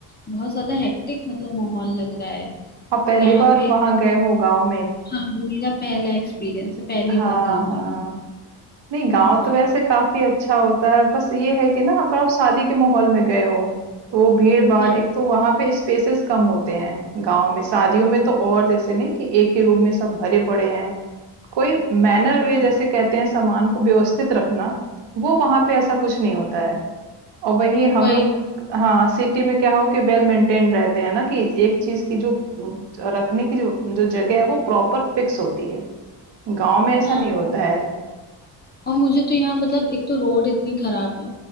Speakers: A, on the left; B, on the right.
A: बहुत ज्यादा हेक्टिक मतलब माहौल लग रहा है
B: आप पहली
A: यहाँ
B: बार
A: पे
B: वहां गए हो गांव में
A: हाँ मेरा पहला एक्सपीरियंस है पहली
B: हाँ
A: बार गांव
B: हाँ
A: आई
B: नहीं गांव
A: हूँ।
B: तो वैसे काफी अच्छा होता है बस ये है कि ना आप आप शादी के माहौल में गए हो तो वो भीड़ भाड़
A: हाँ
B: एक तो वहां पे स्पेसेस कम होते हैं गांव में शादियों में तो और जैसे नहीं कि एक ही रूम में सब भरे पड़े हैं कोई मैनर
A: हाँ
B: वे जैसे कहते हैं सामान को व्यवस्थित रखना वो वहां पे ऐसा कुछ नहीं होता है और वही हम
A: वही
B: लोग हाँ सिटी में क्या हो कि वेल मेंटेन रहते हैं ना कि एक चीज की जो अम, रखने की जो जो जगह है वो प्रॉपर फिक्स होती है गांव में ऐसा
A: हाँ
B: नहीं होता है
A: और मुझे तो यहाँ मतलब एक तो रोड इतनी खराब है